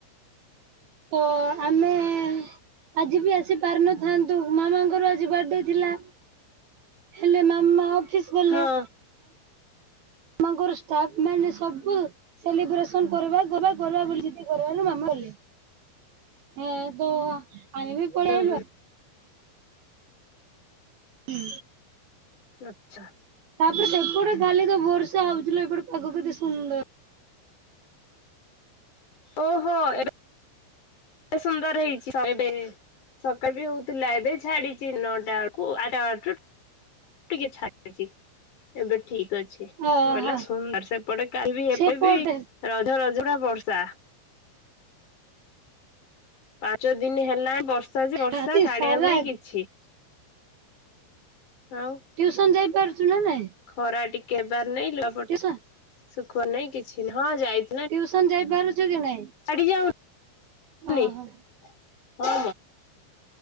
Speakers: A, on the right (about 60°); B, on the left (about 40°).
A: ତ ଆମେ ଆଜି ବି ଆସି ପାରିନଥାନ୍ତୁ, ମାମାଙ୍କର ଆଜି ବାର୍ଥଡେ ଥିଲା। ହେଲେ ମାମା ଅଫିସ ଗଲେ।
B: ହଁ
A: ମାମାଙ୍କର ଷ୍ଟାଫ୍ ମାନେ ସବୁ ସେଲିବ୍ରେସନ କରିବା କରିବା କରିବା ବୋଲିି ଜିଦି କରିବାରୁ ମାମା କଲେ। ହେ ତ ଆମେ ବି ପଳେଇଆଲୁ
B: ହୁଁ ହୁଁ
A: ଆ ହୁଁ।
B: ଆଚ୍ଛା।
A: ତାପରେ ସେପଟେ ଖାଲି ତ ବର୍ଷା ହଉଛି ଲୋ ଏପଟେ ପାଗ କେତେ ସୁନ୍ଦର।
B: ଓହୋଃ, ଏବେ ଏତେ ସୁନ୍ଦର ହେଇଛି <unintelligible> ସକାଳେ ବି ହଉଥିଲା ଏବେ ଛାଡିଛି ନଅଟା ବେଳକୁ, ଆ <unintelligible> ଟିକେ ଛାଟୁଛି। ଏବେ ଠିକ ଅଛି।
A: ଓହୋ
B: ବୋଲା ସୁନ୍ଦ ସେପଟେ କାହିବି
A: ସେପଟେ
B: ଏପ ବି ରଜ ରଜ ଟା ବର୍ଷା। ପାଞ୍ଚ ଦିନ ହେଲାଁ ବର୍ଷା ଯେ ବର୍ଷା
A: ରାତି
B: ଛାଡିବାକୁ
A: ସାରା
B: ପାଇଁ କିଛି ଆଉ
A: ଟ୍ୟୁସନ ଯାଇପାରୁଛୁ ନା ନାଇଁ?
B: ଖରା ଟିକେ ହେବାର ନାଇଁ ଲୁଆପଟା
A: ଟିଉସନ
B: ସୁଖଅର ନାଇଁ କିଛି ହଁ ଯାଇ
A: ଟ୍ୟୁସନ ଯାଇପାରୁଛୁ କି ନାଇଁ?
B: ଆଡିଯ ହଁବା
A: ଓହୋ